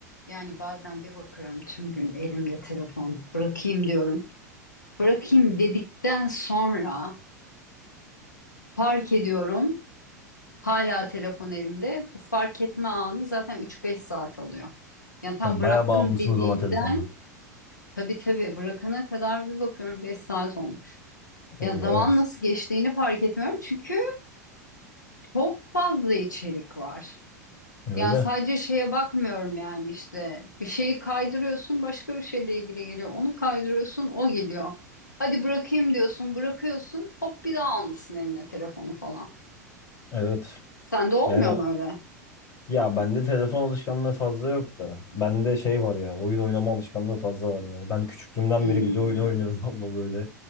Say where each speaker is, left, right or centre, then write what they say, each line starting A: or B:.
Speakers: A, on the left; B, on the left.
A: Yani bazen bir bakıyorum tüm gün elimde telefon bırakayım diyorum. Bırakayım dedikten sonra fark ediyorum hala telefon elimde. Bu fark etme anı zaten 3-5 saat alıyor. Yani tam
B: Sen
A: bıraktım
B: bayağı bağımlısın
A: dediğimden
B: o zaman telefona.
A: tabii tabii bırakana kadar bir bakıyorum 5 saat olmuş. Yani
B: Eyvah.
A: zaman nasıl geçtiğini fark etmiyorum çünkü çok fazla içerik var.
B: Öyle.
A: Yani sadece şeye bakmıyorum yani işte bir şeyi kaydırıyorsun başka bir şeyle ilgili geliyor. Onu kaydırıyorsun o geliyor. Hadi bırakayım diyorsun bırakıyorsun hop bir daha almışsın eline telefonu falan.
B: Evet.
A: Sende olmuyor
B: Yani
A: mu öyle?
B: ya bende telefon alışkanlığı fazla yok da. Bende şey var ya oyun oynama alışkanlığı fazla var ya. Ben küçüklüğümden
A: Hmm.
B: beri video oyunu oynuyorum <laughs> abla böyle.